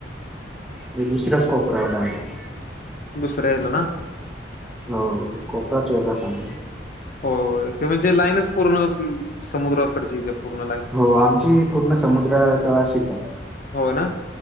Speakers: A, in the centre; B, on the left.
A: वे दुसरा कोपरा डायरेक्ट
B: दुसऱ्या याला ना,
A: हो. कोपराच वेगळा समजा
B: होय ते म्हणजे लाईनच पूर्ण समुद्राकडची येते पूर्ण लाईन
A: हो. आमची पूर्ण समुद्रातळाशीच आहे.
B: होय ना,